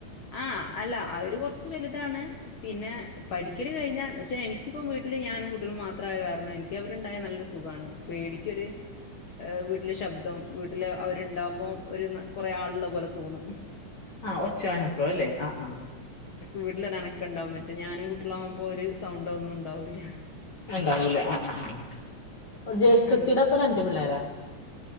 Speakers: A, on the left; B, on the left.
A: ആ അല്ല അവര് കൊറച്ച് വലുതാണ് പിന്നെ പഠിക്കല് കഴിഞ്ഞാ ക്ഷെ എനിക്കിപ്പം വീട്ടില് ഞാനും കുട്ടികളും മാത്രായ കാരണം എനിക്ക് അവര്ണ്ടായ നല്ല സുഖാണ് പേടിക്കൊര് ഏഹ് വീട്ടില് ശബ്ദം വീട്ടില് അവര്ണ്ടാമ്പോം ഒരു ന കൊറേ ആള് ള്ള പോലെ തോന്നും
B: ആ ഒ ച്ചെനക്കോല്ലെ ആ ആ
A: വീട്ടിലൊരനക്ക ഇണ്ടാവും മറ്റ് ഞാനും കുട്ടിളാമ്പോ ഒര് സൗണ്ടോ ഒന്നു ഉണ്ടാവുല്ല
B: ഇണ്ടാവൂല ആ ആ ആ
A: അതെ
B: പ്പ ജ്യേഷ്ഠത്തീടെ
A: അങ്ങനെ
B: അപ്പൊ രണ്ട് പിള്ളേരാ